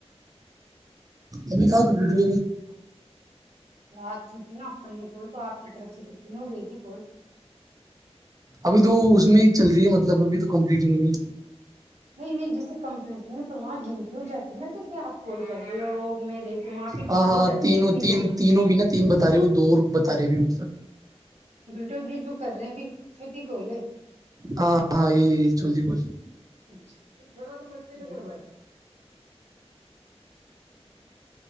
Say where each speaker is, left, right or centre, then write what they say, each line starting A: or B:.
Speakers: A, on the right (about 35°); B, on the right (about 85°).
A: ابھی خ ویڈو
B: رات کی تھی نا اپننے کول تو آپ کی طرف سے کتنی ہو گئی تھی کول
A: ابھی تو اس میں ہی چل رہی ہے مطلب ابھی تو کمپلیٹ نہیں ہوئی
B: نہیں نہیں جسے کمپ پر وہاں گنتی ہو جاتی ہے نا جیسے آپ کال کر رہے ہو میرے تو وہاں پہ
A: ہاں
B: گنتی
A: ہاں
B: ہو جاتی
A: تینوں
B: ہے کتنی
A: تین
B: کال ہوئی
A: تینوں بھی نا تین بتا رہے ہو دو بتا رہے بھی مطلب
B: ہو گی جو کر رہے ہیں بھی چھوٹی کوول
A: ہاں ہاں یہ چوتھی بولی
B: چ تھر مچ نک <unintelligible>